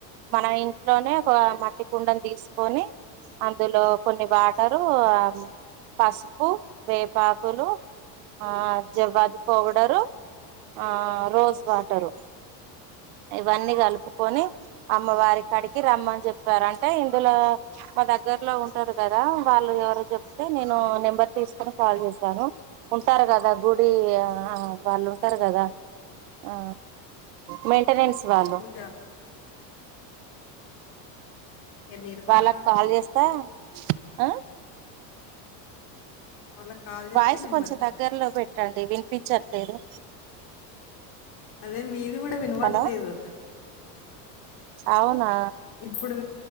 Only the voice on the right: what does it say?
మనం ఇంట్లోనే ఒక మట్టి కుండలు తీసుకొని అందులో కొన్ని వాటరు ఆ పసుపు వేపాకులు ఆ జవాది పౌడరు ఆ రోస్ వాటరు ఇవన్నీ కలుపుకొని అమ్మవారి కడికి రమ్మని చెప్పారంటే ఇందులో మా దగ్గర దగ్గర్ లో ఉంటారు కదా వాళ్ళు ఎవరో చెప్తే నేను నెంబర్ తీసుకొని కాల్ చేశాను ఉంటారు కదా గుడి ఆ వాళ్ళు ఉంటారు కదా ఆ మెయింటెనెన్స్ వాళ్ళు
వాళ్ళకి కాల్ చేస్తా ఆ
వాయిస్
కొంచెం
దగ్గరలో పెట్టండి వినిపించట్లేదు
హలో అవునా